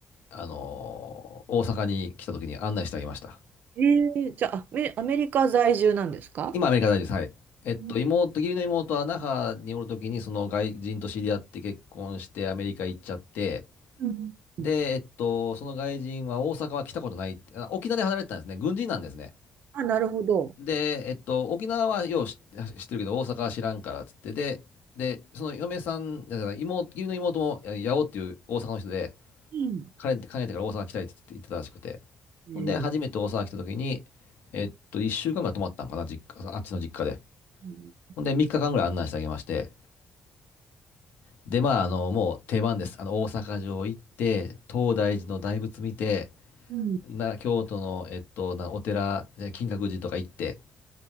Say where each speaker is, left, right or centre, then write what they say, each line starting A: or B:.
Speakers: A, on the left (about 80°); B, on the right (about 65°).
A: あの、大阪に来た時に案内してあげました。
B: い。えー、じゃあ、アメ、アメリカ在住なんですか
A: 今、アメリカ大事です。はい。えっと、
B: うん
A: 妹、義理の妹は那覇におるときに、その外人と知り合って結婚してアメリカ行っちゃって、
B: うんうん。
A: で、えっと、その外人は大阪は来たことないって、あ沖縄で働いてたんですね。軍人なんですね。
B: あ、なるほど。
A: で、えっと、沖縄はよう知知ってるけど、大阪は知らんからっつって、で、で、その嫁さん、だから妹、義理の妹も、や八尾っていう大阪の人で、
B: うん
A: 彼って、彼ってから大阪来たいって言って言ってたらしくて、
B: うん
A: ほんで、初めて大阪来たときに、えっと、1週間ぐらい泊まったんかな、実家、あっちの実家で。
B: うん
A: ほんで、3日間ぐらい案内してあげまして、で、まあ、あの、もう定番です。あの、大阪城行って、東大寺の大仏見て、
B: うん
A: な、京都の、えっと、な、お寺、え金閣寺とか行って、